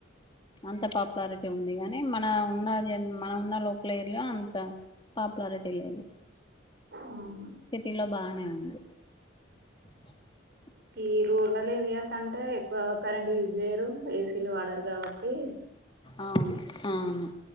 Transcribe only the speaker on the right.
ఆహా
ఈ రూరల్ ఏరియాస్ అంటే ఎక్కువ కరెంట్ యూజ్ జెయ్యరు ఏసీలు వాడరు కాబట్టి